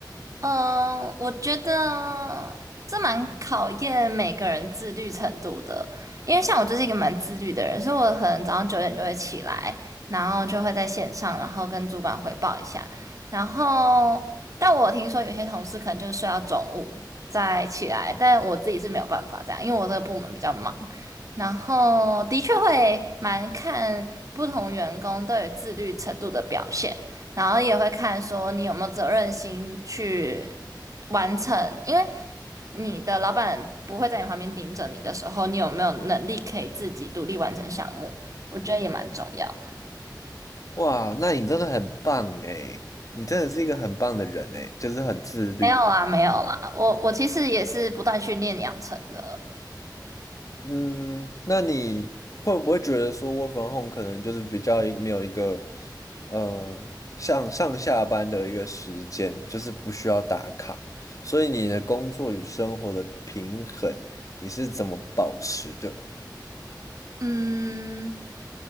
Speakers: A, on the right; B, on the left.
A: 嗯，我觉得这蛮考验每个人自律程度的，因为像我就是一个蛮自律的人，所以我可能早上九点就会起来，然后就会在线上，然后跟主管汇报一下。然后，但我听说有些同事可能就是睡到中午再起来，但我自己是没有办法这样，因为我这个部门比较忙。然后的确会蛮看不同员工对于自律程度的表现。然后也会看说你有没有责任心去完成，因为你的老板不会在你旁边盯着你的时候，你有没有能力可以自己独立完成项目？我觉得也蛮重要的。
B: 哇，那你真的很棒诶，你真的是一个很棒的人诶，就是很自律。
A: 没有啦，没有啦，我我其实也是不断训练养成的。
B: 嗯，那你会不会觉得说 work from home 可能就是比较一没有一个呃像上下班的一个时间，就是不需要打卡，所以你的工作与生活的平衡你是怎么保持的？
A: 嗯，